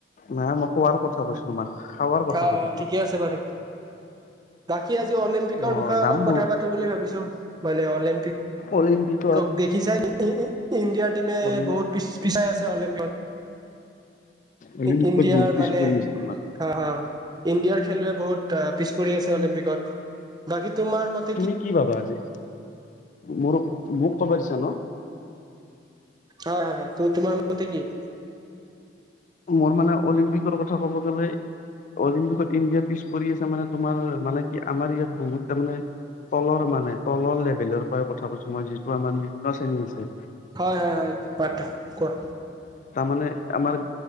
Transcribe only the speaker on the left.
নাই মই খোৱাৰ কথা কৈছোঁ তোমাক। খাৱাৰ কথা
কৈছো তোমাক
অ
দাম
বহু
অলিম্পিক
অলিম
অলিম্পিকত
বহুত পিছ
পৰি আছে তোমাৰ
তুমি কি ভাবা আজি? মোৰ মোক ক'বা দিছা ন'?
মোৰ মানে অলিম্পিকৰ কথা ক'ব গ'লে অলিম্পিকত ইণ্ডিয়া পিছ পৰি আছে মানে তোমাৰ মানে কি আমাৰ ইয়াত বহুত তাৰ মানে তলৰ মানে তলৰ লেভেলৰ পৰা কথা কৈছো মই যিটো আমাৰ নিম্ন শ্ৰেণী আছে
তাৰমানে আমাৰ